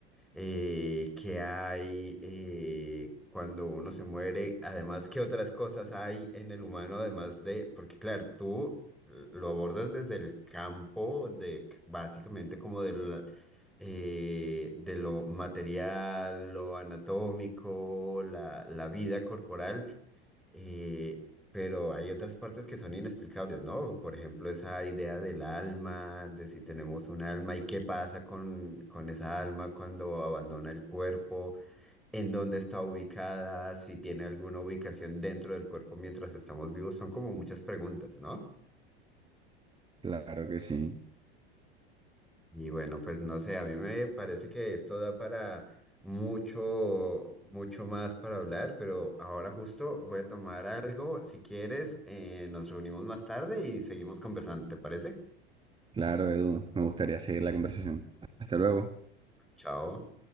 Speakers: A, in the centre; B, on the right.
A: eh, qué hay eh, cuando uno se muere, además qué otras cosas hay en el humano, además de, porque claro, tú lo abordas desde el campo de básicamente como del, eh, de lo material, lo anatómico, la, la vida corporal. eh, pero hay otras partes que son inexplicables, ¿no? Por ejemplo, esa idea del alma, de si tenemos un alma y qué pasa con, con esa alma cuando abandona el cuerpo, en dónde está ubicada, si tiene alguna ubicación dentro del cuerpo mientras estamos vivos, son como muchas preguntas, ¿no?
B: Claro que sí,
A: Y bueno, pues no sé, a mí me parece que esto da para mucho, mucho más para hablar, pero ahora justo voy a tomar algo. Si quieres, eh, nos reunimos más tarde y seguimos conversando, ¿te parece?
B: claro, Edu, me gustaría seguir la conversación. Hasta luego.
A: Chao.